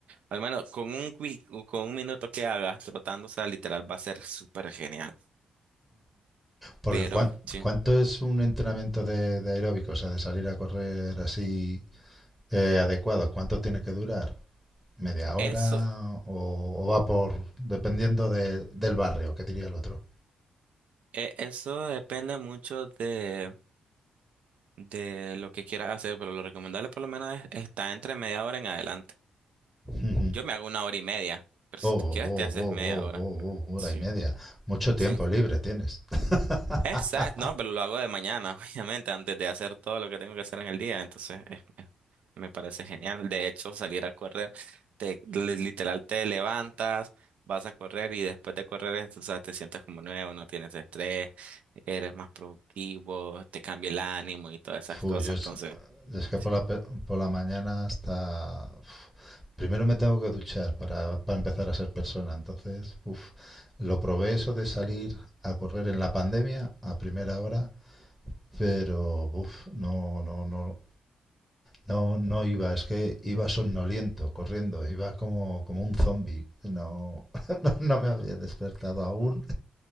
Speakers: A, on the right (about 70°); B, in the centre.
A: al menos con un, wi- con un minuto que hagas trotando, o sea, literal va a ser súper genial.
B: Porque
A: Pero
B: ¿cuán-
A: sí,
B: ¿cuánto es un entrenamiento de, de aeróbico? O sea, de salir a correr así eh, adecuado. ¿Cuánto tiene que durar? ¿Media hora?
A: eso,
B: ¿O, o va por... dependiendo de- del barrio, que diría el otro?
A: eh, eso depende mucho de, de lo que quieras hacer, pero lo recomendable por lo menos es, está entre media hora en adelante.
B: Ujú.
A: Yo me hago una hora y media, pero
B: Oh,
A: si
B: oh,
A: tú quieres te haces
B: oh, oh,
A: media
B: oh,
A: hora.
B: oh, oh, oh, hora
A: Sí,
B: y media. Mucho tiempo
A: sí.
B: libre tienes. <laughs>
A: Exacto, no, pero lo hago de mañana, <laughs> obviamente, antes de hacer todo lo que tengo que hacer en el día. Entonces, es- es- me parece genial. De hecho, salir a correr, te, li- literal te levantas, vas a correr y después de correr, es- o sea, te sientes como nuevo, no tienes estrés, eres más productivo, te cambia el ánimo y todas esas
B: Fu,
A: cosas.
B: yo es,
A: Entonces,
B: es que
A: sí.
B: por la, pe- por la mañana hasta... Primero me tengo que duchar para, para empezar a ser persona. Entonces, uf, lo probé eso de salir a correr en la pandemia a primera hora, pero uf, no, no, no, no, no iba. Es que iba somnoliento corriendo, iba como, como un zombie. No, <laughs> no me había despertado aún